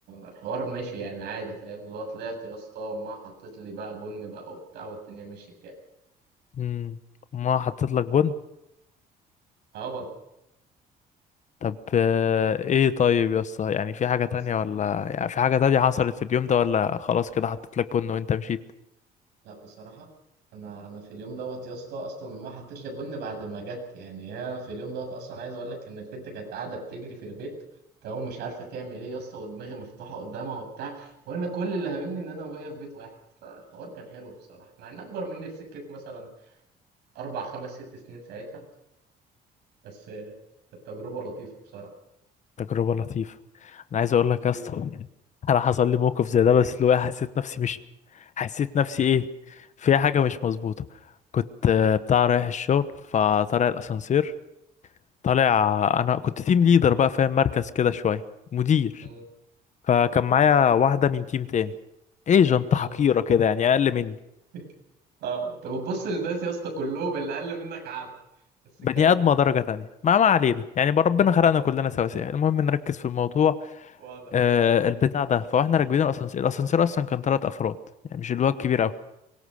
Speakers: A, on the right; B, on the left.
A: الحوار ماشي يعني عادي فاهم اللي هو طلعت يا اسطى وما حطيت لي بقى بن بقى وبتاع والدنيا مشيت يعني
B: امم ما حطيت لك بن
A: اه والله
B: طب آه، ايه طيب يا اسطى يعني في حاجه تانية
A: يا اسطى
B: ولا يعني في حاجه تانية حصلت في اليوم ده ولا خلاص كده حطيت لك بن وانت مشيت
A: لا بصراحة أنا أنا في اليوم دوت يا اسطى أصلا أمها حطت لي بن بعد ما جت يعني أنا في اليوم دوت أصلا عايز أقول لك إن البنت كانت قاعدة بتجري في البيت تمام مش عارفة تعمل إيه يا اسطى ودماغي مفتوحة قدامها وبتاع وأنا كل اللي هاممني إن أنا وهي في بيت واحد فالحوار كان حلو بصراحة مع إن أكبر مني بسكة مثلا أربع خمس ست سنين ساعتها بس آه، التجربة لطيفة بصراحة
B: تجربة لطيفة انا عايز اقول لك يا اسطى
A: جدا
B: انا حصل لي موقف زي ده بس اللي هو حسيت نفسي مش حسيت نفسي ايه فيها حاجة مش مظبوطة كنت آه، بتاع رايح الشغل فطالع الاسانسير طالع انا كنت تيم ليدر بقى فاهم مركز كده شوية مدير
A: مم.
B: فكان معايا واحدة من تيم تاني ايجنت
A: مم.
B: حقيرة كده يعني اقل مني
A: <laughs> أه أنت بتبص للناس يا اسطى كلهم اللي أقل منك عبد بس
B: بني
A: كام
B: ادمه درجه
A: كام
B: تانية ما ما علينا يعني بقى ربنا خلقنا
A: كام
B: كلنا سواسية المهم نركز في الموضوع
A: واضح
B: آه، البتاع ده فاحنا راكبين الاسانسير الاسانسير اصلا كان ثلاث افراد يعني مش اللي هو الكبير قوي